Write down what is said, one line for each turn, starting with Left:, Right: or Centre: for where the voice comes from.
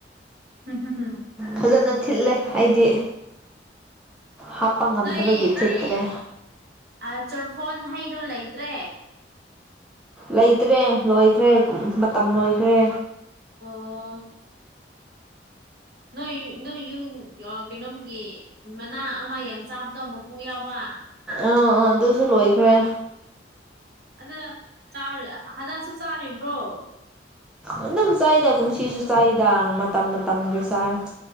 Right: <inaudible>
Centre: ꯐꯖꯅꯥ ꯊꯤꯠꯂꯦ ꯑꯩꯗꯤ ꯍꯥꯞꯄ ꯉꯝꯅꯕꯒꯤ
Right: ꯅꯣꯏ
Centre: ꯊꯤꯠꯇ꯭ꯔꯦ꯫
Right: ꯑ ꯆꯣꯔꯐꯣꯟ ꯍꯩꯗꯣ ꯂꯩꯇ꯭ꯔꯦ꯫
Centre: ꯂꯩꯇ꯭ꯔꯦ ꯂꯣꯏꯈ꯭ꯔꯦ ꯃꯇꯝ ꯂꯣꯏꯈ꯭ꯔꯦ꯫
Right: ꯑꯣ ꯅꯣꯏ ꯅꯣꯏ ꯌꯨꯟ ꯑ ꯀꯩꯅꯣꯝꯒꯤ ꯃꯅꯥ ꯑꯃ ꯌꯥꯝ ꯆꯥꯕꯗꯣ ꯃꯀꯨ ꯌꯥꯎꯕ
Centre: ꯑꯥ ꯑꯥ ꯑꯗꯨꯁꯨ ꯂꯣꯏꯈ꯭ꯔꯦ꯫
Right: ꯑꯗꯨ ꯆꯥ ꯍꯟꯗꯛꯁꯨ ꯆꯥꯔꯤꯕ꯭ꯔꯣ꯫
Centre: ꯑꯗꯨꯝ ꯆꯥꯏꯗ ꯀꯨꯝꯁꯤꯁꯨ ꯆꯥꯏꯗ ꯃꯇꯝ ꯃꯇꯝꯒꯤ ꯆꯥꯏ꯫